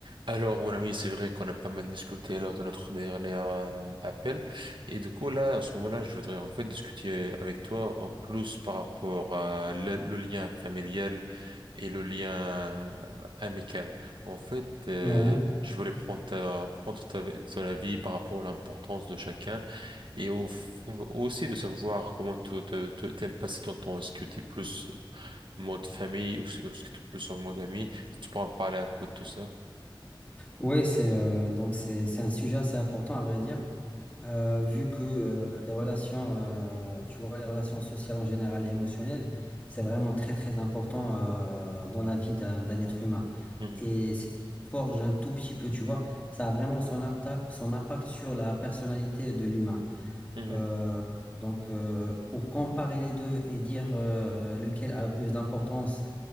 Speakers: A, on the right (about 65°); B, on the left (about 15°).
A: Alors, mon ami, c'est vrai qu'on a pas mal discuté lors de notre dernier euh, appel. Et du coup, là, en ce moment-là, je voudrais en fait discuter avec toi en plus par rapport à le, le lien familial et le lien euh, amical. En fait, euh,
B: Oui,
A: je voulais prendre ta, prendre ta, ton avis par rapport à l'importance de chacun et au, f- aussi de savoir comment tu tu- tu- t'aimes passer ton temps. Est-ce que tu es plus mode famille ou est-ce que tu es plus en mode ami? Si Tu pourras me parler un peu de tout ça?
B: oui, c'est euh, donc c'est c'est un sujet assez important à vrai dire, Euh,
A: Mhm.
B: vu que euh, les relations, euh, tu vois, les relations sociales en général et émotionnelles, c'est
A: Mhm.
B: vraiment très très important euh, dans la vie d'un d'un être humain.
A: Mhm.
B: Et c'est ce qui forge un tout petit peu, tu vois, ça a vraiment son, apta- son impact sur la personnalité de l'humain.
A: Mhm.
B: Euh, donc, euh, pour comparer les deux et dire euh, lequel a plus d'importance.